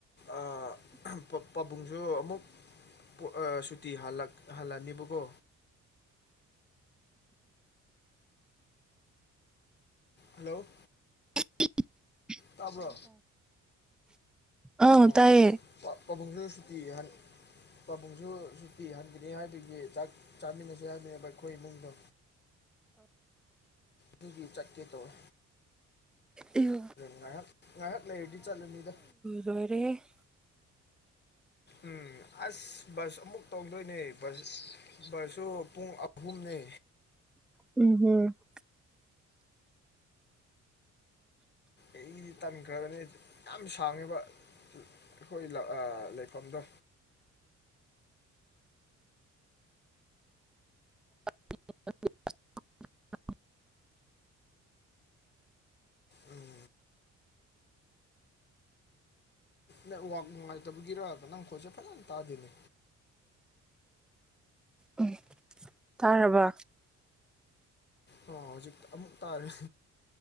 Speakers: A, on the left; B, in the centre.
A: ꯑ <unintelligible> ꯄꯥꯕꯨꯡꯁꯨ ꯑꯃꯨꯛ ꯑ ꯁꯨꯇꯤ ꯍꯜꯂꯛ ꯑꯅꯤꯕꯀꯣ ꯍꯜꯂꯣ
B: <unintelligible>
A: ꯇꯥꯕ꯭ꯔꯣ
B: ꯑꯥ
A: ꯑꯣ
B: ꯇꯥꯏꯌꯦ
A: <unintelligible> ꯄꯥꯕꯨꯡꯁꯨ ꯁꯨꯇꯤ ꯍꯜ ꯄꯥꯕꯨꯡꯁꯨ ꯁꯨꯇꯤ ꯍꯟꯒꯅꯤ ꯍꯥꯏꯕꯒꯤ ꯆꯥꯛ ꯆꯥꯃꯤꯟꯅꯁꯦ ꯍꯥꯏꯕꯅꯦꯕ ꯑꯩꯈꯣꯏ ꯏꯃꯨꯡꯗꯣ ꯃꯤꯗꯤ ꯆꯠꯀꯦ ꯇꯧꯋꯦ
B: ꯑꯌꯨ
A: ꯉꯥꯏꯍꯥꯛ ꯉꯥꯏꯍꯥꯛ ꯂꯩꯔꯗꯤ ꯆꯠꯂꯅꯤ ꯗꯥ
B: ꯂꯣꯏꯔꯦ ꯍꯦ
A: ꯎꯝ ꯑꯁ ꯕꯁ ꯑꯃꯨꯛ ꯇꯣꯟꯗꯣꯏꯅꯦ ꯕꯁ ꯕꯁ ꯁꯨ ꯄꯨꯡ ꯑꯍꯨꯝꯅꯦ
B: ꯎꯝ <unintelligible>
A: ꯑꯩꯒꯤꯗꯤ ꯇꯟꯈ꯭ꯔꯕꯅꯦ ꯌꯥꯝ ꯁꯥꯡꯉꯤꯕ ꯑꯩꯈꯣꯏ ꯑꯥ ꯂꯩꯐꯝꯗꯣ
B: <unintelligible>
A: ꯎꯝ ꯅꯦꯠꯋ꯭ꯔꯥꯛ ꯅꯨꯡꯉꯥꯏꯇꯕꯒꯤꯔꯥ ꯅꯪꯈꯣꯜꯁꯦ ꯐꯖꯅ ꯇꯥꯗꯦꯅꯦ
B: ꯎꯝ ꯇꯥꯔꯕ
A: ꯑꯣ ꯍꯧꯖꯤꯛ ꯑꯃꯨꯛ ꯇꯥꯔꯦ